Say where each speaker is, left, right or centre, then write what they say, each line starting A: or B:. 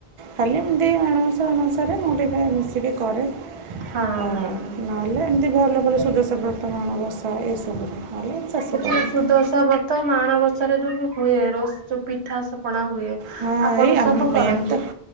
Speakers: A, on the right; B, on the right.
A: ଖାଲି ଏମିତି ମାଣବସା ଓଷାରେ ମୁଁ ଟିକେ ମିଶିକି କରେ ଆଉ
B: ହଁ ହଁ
A: ଉଁ
B: ହଁ।
A: ନହେଲେ ଏମିତି ଭଲ ଭଲ ସୁଦଶା ବ୍ରତ ମାଣବସା ଏସବୁରେ ନହେଲେ ଶାଶୁ
B: ହଉଛି
A: କରନ୍ତି।
B: ସୁଦଶା ବତ ତ ମାଣବଷାରେ ଯୋଉ ବି ହୁଏ ରୋଷ ଯୋଉ ପିଠାସ ପଣା ହୁଏ।
A: ହଁ
B: ଆପଣ
A: ଏଇ ଆମ
B: ସବୁ
A: ମେନ୍
B: କରନ୍ତି?
A: ତ